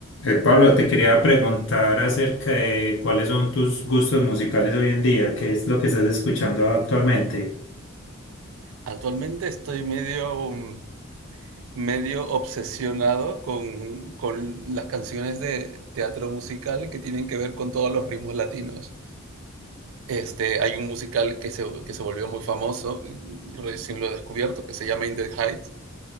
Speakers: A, on the left; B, on the right.
A: Eh, Pablo, te quería preguntar acerca de cuáles son tus gustos musicales hoy en día, qué es lo que estás escuchando actualmente.
B: Actualmente estoy medio, mm, medio obsesionado con con las canciones de teatro musical que tienen que ver con todos los ritmos latinos. Este, hay un musical que se que se volvió muy famoso, y recién lo he descubierto, que se llama In the Heights,